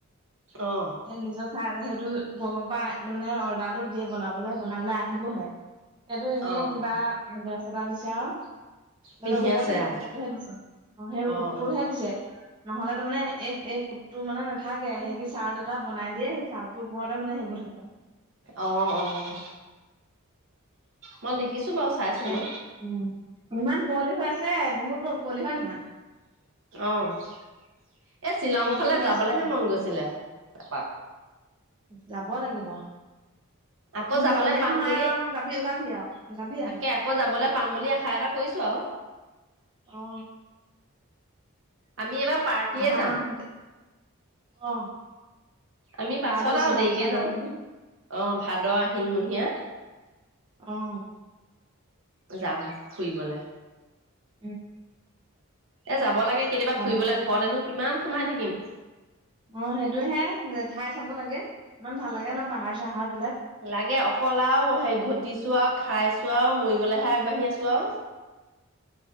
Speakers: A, on the right; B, on the right.
A: অ',
B: নিজৰ খাই আৰু সেইটো, পা একো মানে অৰ্ডাৰটো দিয়ে বনাবলে বনাই পেলাই আহিবহে এইটো, এনেই
A: অ'।
B: কিবা, - চেতনা দিছে আও তাৰমানে
A: পিন্ধি
B: ওপৰত
A: আছে
B: সেই
A: আৰু
B: সোতটোহে দিছে সেই সোতটোহে
A: অ', অ',
B: দিছে, নহলে তাৰমানে এক, - এক, হুটটো মানে নাথাকে সেই কি চাৰ্ত এটা বনাই দিয়ে সেই চাৰ্ত, টোপতে মানে সেইবোৰ থাকে।
A: অ', অ', মই দেখিছো বাৰু চাইছিলো
B: <unintelligible> কুঁৱলি হৈ আছে বহুত ব', কুঁৱলি হয় - নহয়?
A: অ ', এই শ্বিলং
B: কুঁৱলী
A: ফালে
B: হৈ
A: যাবলেহে
B: আছে পুৰা
A: মন গৈছিলে। তেপাত।
B: যাব লাগিব।
A: আকৌ
B: মোৰ
A: যাবলৈ
B: যামেই
A: পাম
B: নহয়
A: বুলি
B: আৰু যাবি ওলাবি আৰু যাবি
A: তাকে
B: আৰু
A: আকৌ যাবলৈ পাম বুলি আশা এটা কৰিছো, আৰু,
B: অ
A: আমি এইবাৰ, পাৰ্টিয়ে
B: অহা
A: যাম।
B: মাহতে অ
A: আমি পাছত
B: পাৰ্টি শ্বিলং
A: আৰু দেৰিকে
B: চাবলৈ
A: যাম অ
B: বুলি
A: ', ভাদ- আহিনমহীয়া।
B: অহ ',-
A: <inaudible> যাম ফুৰিবলে।
B: উম
A: এ', যাব। হ'ব লাগে কেতিয়াবা
B: অ
A: ফুৰিবলে ঘৰত এনো কিমান, - সোমাই থাকিম।
B: অ ', সেইটোহে নে ঠাই চাব লাগে। ইমান ভাল লাগে ন', পাহাৰ -চাহাৰ বিলাক।
A: লাগে অকল আৰু হে ঘটিছো আৰু খাইছো আৰু মৰিবলৈহে আগবাঢ়ি আছো আৰু।